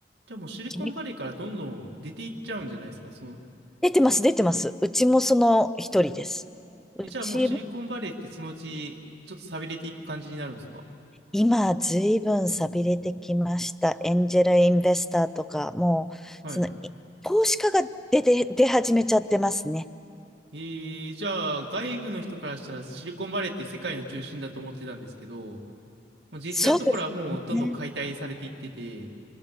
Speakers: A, on the right (about 85°); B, in the centre.
A: じゃあもうシリコンバレーからどんどん出ていっちゃうんじゃないですか。
B: 君
A: その、
B: 出てます、出てます。うちもその一人です。うちも
A: え、じゃあもうシリコンバレーってそのうちちょっと寂れていく感じになるんですか
B: 今、ずいぶん寂れてきました。エンジェルインベスターとか、もう、
A: はい。
B: その、い投資家が出て、出始めちゃってますね。
A: えー、じゃあ外部の人からしたらシリコンバレーって世界の中心だと思ってたんですけど、もう実際のところはもうどんどん解体されていってて、
B: そうですね。